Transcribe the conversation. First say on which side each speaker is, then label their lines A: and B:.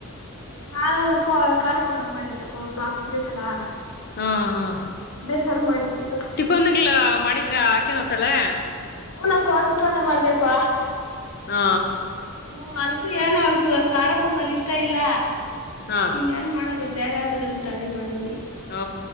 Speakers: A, on the left; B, on the left.
A: ನಾ ಪ ಖಾರ ಪೊಂಗಲ್ ಮಾಡಿದಲಕ್ಕ ಅವ ಬಾಕ್ಸ್ ಬೇಕಲ್ಲಾ
B: ಹಾ ಹಾ
A: ಹು ಮಾಡಿದವಿ
B: ಟಿಫನ್ಗ್ ಮಾಡಿದ್ರ ಆಕೆನ್ ಹೊತಾಳೆ
A: ಹೂನ ಕೋತಿ ಕೊನೆೆ ಮಾಡ್ಬೇಕು
B: ಹಾ
A: ಹ್ಮ ಅಲ್ಕು ಏನ ಅವಳಕ್ ಇವಾಗ ಖಾರಪ್ಪಂಗಲ್ ಇಷ್ಟ ಇಲ್ಲ
B: ಹಾ
A: ಇನ್ ಏನ್ ಮಾಡದ ಬೇಗ ಆತದಂದ್ಬಟ್ಟು ಅದೇ ಮಾಡದ್
B: ಹಾ